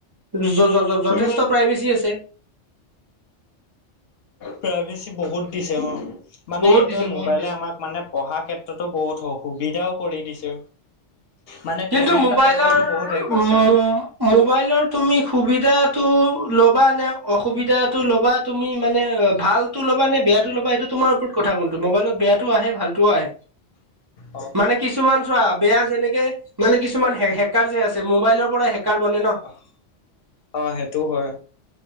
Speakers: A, on the right; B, on the left.
A: য য য যথেষ্ট
B: ইমান
A: প্ৰাইভেচী আছ- তে
B: প্ৰাইভেচি বহুত দিছে অ মানে
A: বহুত
B: এইটোৱে
A: দিছে
B: মোবাইলে
A: বহুত দিছে
B: আমাক মানে পঢ়া ক্ষেত- তত বহুত সু সুবিধাও কৰি দিছে। মানে
A: কিন্তু
B: পেমেন্টৰ
A: মোবাইলৰ
B: ক্ষেত্ৰতো বহুত হেৰি কৰিছে
A: উম মোবাইলৰ তুমি সুবিধাটো ল'বা নে অসুবিধাটো ল'বা তুমি মানে ভালটো লবা নে বেয়াটো ল'বা এইটো তোমাৰ ওপৰত কথা কোনটো মোবাইলত বেয়াটো আহে ভাল টোও আহে।
B: অ
A: মানে কিছুমান চোৱা বেয়া যেনেকে মানে কিছুমান হে হেকাৰ যে আছে মোবাইলৰ পৰা হেকাৰ বনে ন।
B: আহ অ সেইটোও হয়।